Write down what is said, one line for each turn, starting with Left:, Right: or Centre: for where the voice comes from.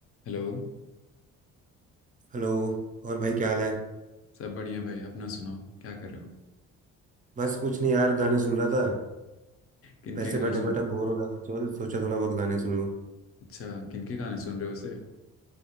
Left: हेलो
Right: Hello और भाई क्या हाल है
Left: सब बढ़िया भाई अपना सुनाओ क्या कर रहे हो
Right: बस कुछ नहीं यार गाने सुन रहा था
Left: किनके
Right: वैसे
Left: गाने
Right: बैठा
Left: सुन
Right: बैठा
Left: रहे हो
Right: बोर हो रहा था तो सोचा थोड़ा बहुत गाने सुन लूं <laughs>
Left: अच्छा किनके गाने सुन रहे हो वैसे